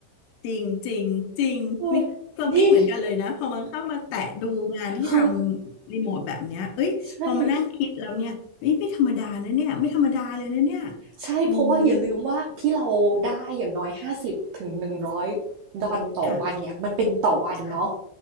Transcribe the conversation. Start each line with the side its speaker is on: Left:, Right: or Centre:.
Left: จริงจริงจริงมีความคิดเหมือนกันเลยนะพอมันเข้ามาแตะดูงานที่ทำรีโมทแบบเนี้ยเอ้ยพอมานั่งคิดแล้วเนี่ยเอ้ยไม่ธรรมดานะเนี่ยไม่ธรรมดาเลยนะเนี่ย
Right: เออนี่คือใช่ ใช่เพราะว่าอย่าลืมว่าที่เราได้อย่างน้อยห้าสิบถึงหนึ่งร้อย
Left: อืม
Right: ดอลต่อวันเนี่ยมันเป็นต่อวันเนาะ
Left: ค่ะค่ะ